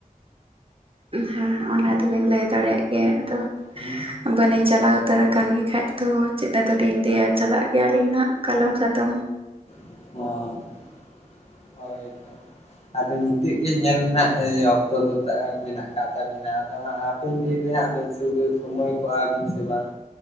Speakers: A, on the right; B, on the left.
A: ᱦᱮᱸ ᱚᱱᱟ ᱛᱚᱵᱮᱱ ᱞᱟᱹᱭ ᱫᱟᱲᱮᱭᱟᱜ ᱜᱮᱭᱟ ᱟᱫᱚ
B: ᱦᱮᱸ
A: ᱵᱟᱹᱞᱤᱧ ᱪᱟᱞᱟᱣ ᱩᱛᱟᱹᱨ ᱟᱠᱟᱱ ᱜᱮ ᱠᱷᱟᱡ ᱫᱚ ᱪᱮᱠᱟᱛᱮᱞᱤᱧ ᱞᱟᱹᱭ ᱟ ᱪᱟᱞᱟᱜ ᱧᱮᱞ ᱟᱹᱞᱤᱧ ᱦᱟᱜ ᱠᱟᱞᱚᱢ ᱥᱟᱛᱚᱢ
B: <unintelligible> ᱦᱳᱭ ᱛᱚ ᱟᱫᱚ ᱱᱤᱛᱚᱜ ᱜᱮ ᱧᱮᱞ ᱨᱮᱱᱟᱜ ᱚᱠᱛᱚ ᱫᱚ ᱢᱮᱱᱟᱜ ᱠᱟᱫ ᱛᱟᱢᱮᱱᱟᱜᱼᱟ ᱟᱫᱚ ᱦᱟᱸᱜ ᱟᱵᱮᱱ ᱨᱮᱵᱮᱱ ᱥᱩᱫᱩ ᱥᱚᱢᱚᱭ ᱠᱚᱜ ᱵᱤᱱ ᱥᱮ ᱵᱟᱝ